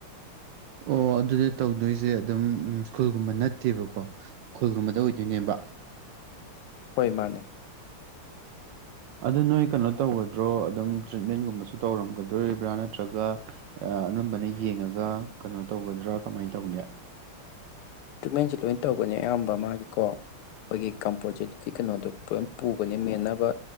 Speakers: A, on the right (about 75°); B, on the left (about 85°).
A: ꯑꯣ ꯑꯗꯨꯗꯤ ꯇꯧꯗꯣꯏ ꯁꯦ ꯑꯗꯨꯝ ꯎꯝ ꯁ꯭ꯀꯨꯜꯒꯨꯝꯕ ꯅꯠꯇꯦꯕꯀꯣ ꯁ꯭ꯀꯨꯜꯒꯨꯝꯕꯗ ꯑꯣꯏꯗꯣꯏꯅꯦꯕ
B: ꯍꯣꯏ ꯃꯥꯅꯦ
A: ꯑꯗꯨ ꯅꯣꯏ ꯀꯩꯅꯣ ꯇꯧꯒꯗ꯭ꯔꯣ ꯑꯗꯨꯝ ꯇ꯭ꯔꯤꯠꯃꯦꯟꯒꯨꯝꯕꯁꯨ ꯇꯧꯔꯝꯒꯗꯣꯔꯤꯕ꯭ꯔꯥ ꯅꯠꯇ꯭ꯔꯒ ꯑꯅꯝꯕꯅ ꯌꯦꯡꯉꯒ ꯀꯩꯅꯣ ꯇꯧꯒꯗ꯭ꯔꯥ ꯀꯃꯥꯏꯅ ꯇꯧꯅꯤ
B: ꯇꯦꯟ <unintelligible> ꯂꯣꯏ ꯇꯧꯒꯅꯤ ꯑꯌꯥꯝꯕ ꯃꯥꯒꯤꯀꯣ ꯑꯩꯈꯣꯏꯒꯤ ꯀꯝꯄꯣꯖꯤꯠꯀꯤ ꯀꯩꯅꯣꯗꯨꯣ ꯂꯣꯏ ꯄꯨꯒꯅꯤ ꯃꯦꯟꯅꯕ